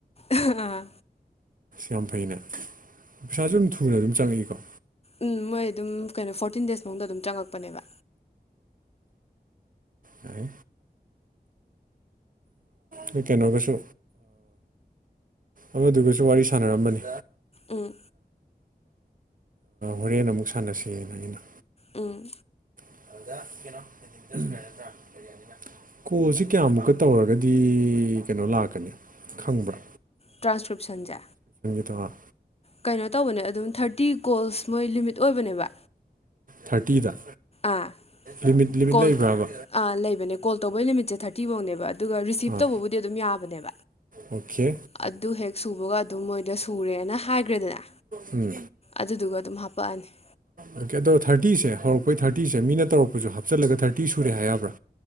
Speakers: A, on the left (about 40°); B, on the right (about 55°).
A: ꯑꯥ
B: ꯌꯥꯝ ꯐꯩꯩꯅ ꯄꯩꯁꯥꯁꯨ ꯑꯗꯨꯝ ꯊꯨꯅ ꯑꯗꯨꯝ ꯆꯪꯉꯛꯏꯀꯣ
A: ꯎꯝ ꯃꯣꯏ ꯑꯗꯨꯝ ꯀꯩꯅꯣ ꯐꯣꯔꯇꯤꯟ ꯗꯦꯖꯐꯧꯗ ꯑꯗꯨꯝ ꯆꯪꯉꯛꯄꯅꯦꯕ
B: ꯍꯥꯏ ꯑꯩ ꯀꯩꯅꯣꯒꯁꯨ ꯑꯃꯗꯨꯒꯁꯨ ꯋꯥꯔꯤ ꯁꯥꯟꯅꯔꯝꯝꯕꯅꯤ
A: ꯎꯝ
B: ꯍꯣꯔꯦꯟ ꯑꯃꯨꯛ ꯁꯥꯟꯅꯁꯤꯑꯅ ꯑꯩꯅ
A: ꯎꯝ
B: <unintelligible> ꯀꯣꯜꯁꯤ ꯀꯌꯥꯃꯨꯛꯀ ꯇꯧꯔꯒꯗꯤ ꯀꯩꯅꯣ ꯂꯥꯛꯀꯅꯤ ꯈꯪꯕ꯭ꯔꯥ
A: ꯇ꯭ꯔꯥꯟꯁꯀ꯭ꯔꯤꯞꯁꯟꯁꯦ
B: ꯇ
A: ꯀꯩꯅꯣ ꯇꯧꯕꯅꯦ ꯑꯗꯨꯝ ꯊꯥꯔꯇꯤ ꯀꯣꯜꯁ ꯃꯣꯏ ꯂꯤꯃꯤꯠ ꯑꯣꯏꯕꯅꯦꯕ
B: ꯊꯥꯔꯇꯤꯗ
A: ꯑꯥ
B: ꯂꯤꯃꯤꯠ ꯂꯤꯃꯤꯠ
A: ꯀꯣꯜ
B: ꯂꯩꯕ꯭ꯔꯕ
A: ꯂꯩꯕꯅꯦ ꯀꯣꯜ ꯇꯧꯕꯩ ꯅꯨꯃꯤꯠꯁꯦ ꯊꯥꯔꯇꯤꯐꯧꯅꯦꯕ ꯑꯗꯨꯒ ꯔꯤꯁꯤꯞ
B: ꯑꯥ
A: ꯇꯧꯕꯕꯨꯗꯤ ꯑꯗꯨꯝ ꯌꯥꯕꯅꯦꯕ
B: ꯑꯣꯀꯦ
A: ꯑꯗꯨ ꯍꯦꯛ ꯁꯨꯕꯒ ꯑꯗꯨꯝ ꯃꯣꯏꯗ ꯁꯨꯔꯦꯅ ꯍꯥꯏꯈ꯭ꯔꯦꯗꯅ
B: ꯎꯝ
A: ꯑꯗꯨꯗꯨꯒ ꯑꯗꯨꯝ ꯍꯥꯄꯛꯑꯅꯤ
B: ꯑꯣꯀꯦ ꯑꯗꯣ ꯊꯥꯔꯇꯤꯁꯦ ꯍꯧꯔꯛꯄꯩ ꯊꯥꯔꯇꯤꯁꯦ ꯃꯤꯅꯧꯔꯄꯁꯨ ꯍꯥꯞꯆꯜꯂ ꯊꯥꯔꯇꯤ ꯁꯨꯔꯦ ꯍꯥꯏꯕ꯭ꯔꯥ